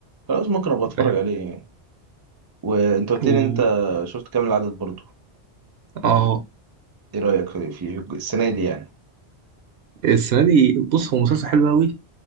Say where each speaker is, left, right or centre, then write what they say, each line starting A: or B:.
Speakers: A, on the right; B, on the right.
A: خلاص ممكن أبقى أتفرج
B: فاهم
A: عليه يعني وانت قلت
B: و
A: لي ان انت شفت كامل العدد برضو
B: اه
A: ايه رايك في في السنه دي يعني
B: السنه دي بص هو مسلسل حلو قوي